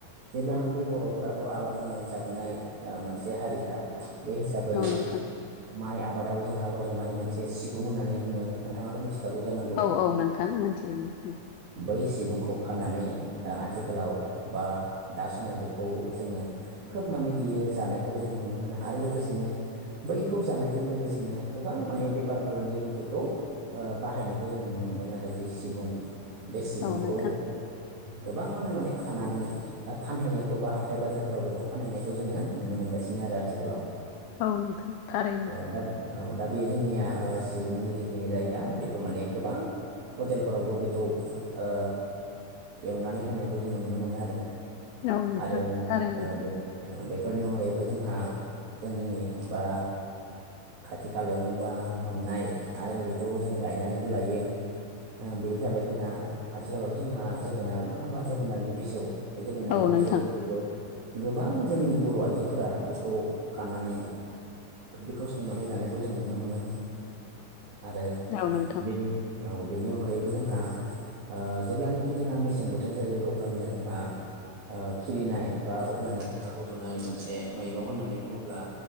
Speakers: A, on the right; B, on the left.
A: जेब्लानाखि बर'फोराथ' आबाद मावनानै जाबोनाय ओ मोनसे हारिखा बे हिसाबै
B: औ नोंथां
A: माइ आबादाव जोंहा रज'नाय मोनसे सिबुं होननानै बुङो नोंथाङाथ' मिथि खागौ जानांगौ
B: औ औ नोंथां मोनथियो मोनथियो
A: बै सिबुंखौ खानानै आथिखालाव बा दा समाव बेखौ जोङो खोब माने बियो जानायखौबो जोङो नुनो मोनो आरो लोगोसेनो बैखौ जानायजों लोगोसेनो गोबां माने बेफार फालांगियावबो बेखौ बाहायनायखौ जों नुनो मोन्दों आरो जे सिबुं बे सिबुंखौ
B: औ नोंथां
A: गोबाङानो माने खानानै फानहैनायखौ बा हाथाय बाजारफोराव बेखौ फानहैनायखौ जोङो नुनो मोनगासिनो आरो आथिखालाव
B: औ नोंथां थारैनो
A: औ दा औ दा बेयो जोंनिया सिबुंनि जिखिनि जायगा बेबो माने गोबां हटेलफोरावबो बेखौ ओ एवनानै होनायखौ जोङो नुनो मोनो
B: औ नोंथां
A: आरो आरो
B: थारैनो
A: आ बेफोरनि अनगायैबो जोंहा जोंनि बा खाथि खालायावनोबा मोननाय आरो बेखौबो जों गायनानैबो लायो बे जाबाय जोंना आथिखालावथ' जोंहा जोगोनार नङा होमबा जोगोनारनि बिजौ जोगोनादनि
B: औ नोंथां
A: बिजौफोरखौबो गोबां जोंनि बर' आइजोफोरा बेखौ खानानै बेखौ संनानै जानायखौ जों नुनो मोनो आरो
B: औ नोंथां
A: बेनि औ बेनि अनगायैबो जोंहा ओ जेब्लानोखि जोंहा मेसें बोथोर जायो अब्लानिया जोंहा ओ खिलिनाय बा अब्लानिया जोंहा रज'नाय मोनसे मैगं होननानै बुङोब्ला